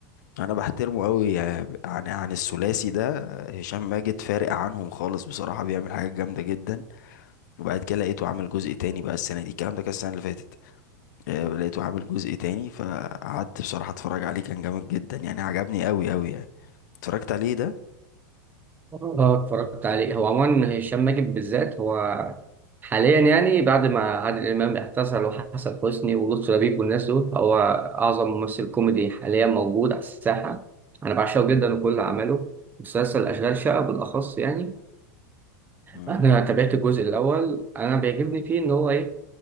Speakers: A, on the left (about 70°); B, on the right (about 20°).
A: أنا بحترمه قوي آه، عن عن الثلاثي ده آه، هشام ماجد فارق عنهم خالص بصراحة بيعمل حاجات جامدة جدا وبعد كده لقيته عامل جزء تاني بقى السنة دي الكلام ده كان السنة اللي فاتت آه، لقيته عامل جزء تاني فقعدت بصراحة اتفرج عليه كان جامد جدا يعني عجبني قوي قوي يعني اتفرجت عليه ده
B: آه اتفرجت عليه هو عموما هشام ماجد بالذات هو حاليا يعني بعد ما عادل إمام اعتزل وحسن حسني ولطفي لبيب والناس دول هو أعظم ممثل كوميدي حاليا موجود على الساحة أنا بعشقه جدا وكل أعماله مسلسل أشغال شقة بالأخص يعني
A: امم
B: انا تابعت الجزء الاول انا بيعجبني فيه ان هو ايه